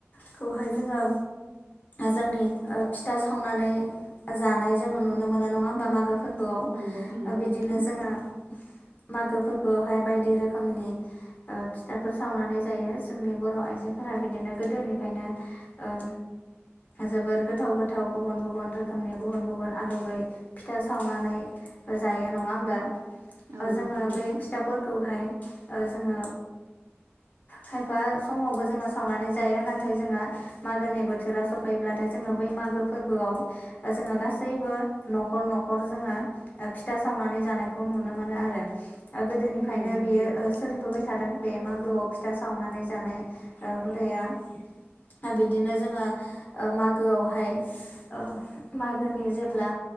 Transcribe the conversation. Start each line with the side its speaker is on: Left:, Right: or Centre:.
Left: खौहाय जोङो जोंनि ओ फिथा सावनानै जानाय जोङो नुनो मोनो नङा होमबा मागो फोर बोआव
Right: नंगौ नंगौ
Left: बिदिनो
Right: नोंथां
Left: जोङो मागो फोरबोआवहाय बायदि रोखोमनि ओ फिथाफोर सावनानै जायो जोंनि बर' आइजोफोरा बिदिनो गोदोनिफ्रायनो ओ जोबोर गोथाव गोथाव गुबुन गुबुन रोखोमनि गुबुन गुबुन आदबै। फिथा सावनानै जायो नङा होमबा
Right: औ
Left: जोङो
Right: नंगौ नोंथां
Left: बे फिथाफोरखौहाय ओ जोङो खायफा समावबो जोङो सावनानै जाया नाथाय जोंहा मागोनि बोथोरा सफैब्लाथाय जोङो बै मागो फोरबोआव जोङो गासैबो न'खर न'खर जोङो फिथा सावनानै जानायखौ नुनो मोनो आरो गोदोनिफ्रायनो
Right: औ नंगौ
Left: बेयो
Right: नोंथां
Left: सोलिबोबाय थादों बे मागोआव फिथा सावनानै जानाय हुदाया बिदिनो जोङो ओ मागोआवहाय ओ मागोनि जेब्ला